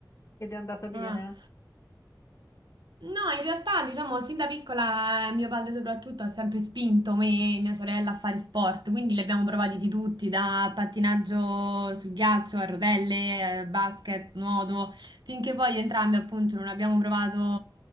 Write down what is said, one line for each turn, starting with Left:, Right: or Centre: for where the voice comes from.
Left: ed è andata bene?
Right: no, no. No, in realtà, diciamo, sin da piccola eh, mio padre soprattutto ha sempre spinto me e mia sorella a fare sport, quindi li abbiamo provati di tutti, da pattinaggio sul ghiaccio a rotelle, eh, basket, nuoto, finché poi entrambi appunto non abbiamo provato